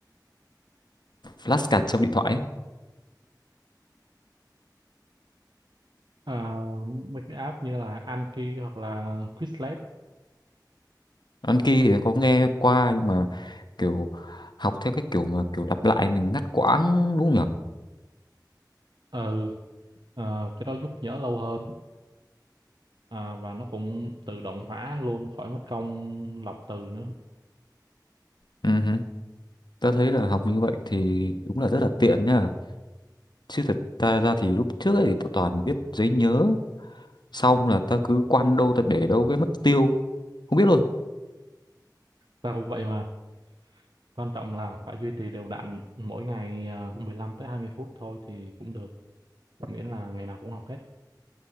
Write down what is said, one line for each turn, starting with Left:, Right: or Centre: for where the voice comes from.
Left: flashcard trong điện thoại ấy?
Right: à, mấy cái app như là Anki hoặc là Quizlet
Left: Anki thì có nghe qua nhưng mà kiểu học theo cái kiểu mà kiểu lặp lại mình ngắt quãng đúng không
Right: ừ ờ, cái đó giúp nhớ lâu hơn à, và nó cũng tự động hóa luôn khỏi mất công lọc từ nữa
Left: nhỉ? Tớ thấy là học như vậy thì đúng là rất là tiện nhá. Chứ thật ta ra thì lúc trước ấy thì tao toàn viết giấy nhớ, xong là ta cứ quăng đâu ta để đâu cái mất tiêu, không biết luôn.
Right: ta cũng vậy mà quan trọng là phải duy trì đều đặn mỗi ngày à, 15 tới 20 phút thôi thì cũng được miễn là ngày nào cũng học hết